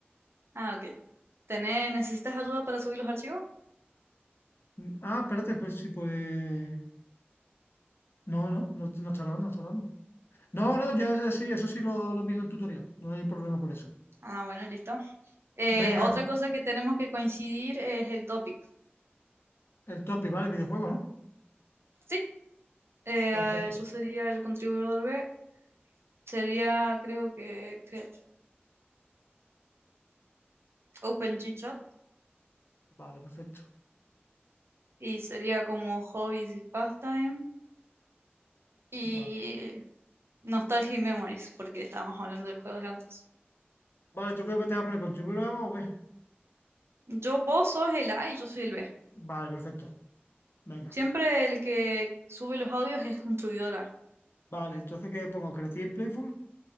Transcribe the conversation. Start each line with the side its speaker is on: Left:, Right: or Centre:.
Right: Ah, ok. tenés ¿Necesitas ayuda para subir los archivos?
Left: Mm, Ah, espérate, pues sí, pues... No, no, no, no está grabando, no está grabando. No, no, yo eh, sí, eso sí lo, lo envié en el tutorial. No hay problema por eso.
Right: Ah, bueno, listo. Eh,
Left: Venga,
Right: otra cosa que tenemos que coincidir es el topic.
Left: el topic, ¿vale? Videojuegos, ¿no?
Right: Sí, eh,
Left: Perfecto.
Right: ah, yo sería el contribuidor B. Sería, creo que, crea- Open G-Chat.
Left: Vale, perfecto.
Right: Y sería como hobbies y pastime. Y
Left: Vale,
Right: nostalgia y memories, porque estábamos hablando de juegos de antes.
Left: Vale, ¿tú qué te vas a poner? ¿Contribuir o qué?
Right: Yo, vos sos el A y yo soy el B.
Left: Vale, perfecto. Venga.
Right: Siempre el que sube los audios es el contribuidor A.
Left: Vale, entonces ¿qué pongo? Creative Playful,